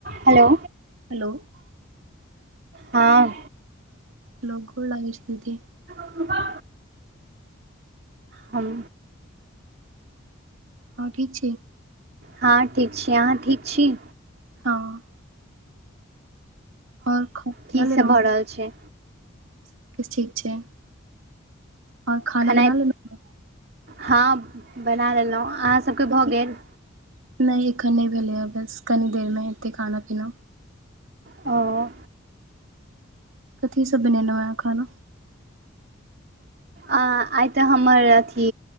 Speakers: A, on the right; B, on the right.
A: Hello
B: hello
A: हाॅं
B: hello गोड लागै छी दीदी।
A: हमा हम।
B: हँ ठीक छी
A: हाॅं ठीक छी अहाँ ठीक छी।
B: हँ आओर खाना
A: की
B: बना
A: सब
B: लेलहु,
A: भऽ रहल छै
B: सबकिछ ठीक छै। आओर खाना
A: खेनाइ
B: बना लेलहुँ हँ?
A: हँ बना लेलहुँ अहाँ सबके
B: कथी
A: भऽ गेल।
B: नहि एखन नहि भेलैए बस कनी देरमे हेतै खाना पीना
A: ओ
B: कथीसब बनेनउ ए खाना
A: आइ तऽ हमर अथी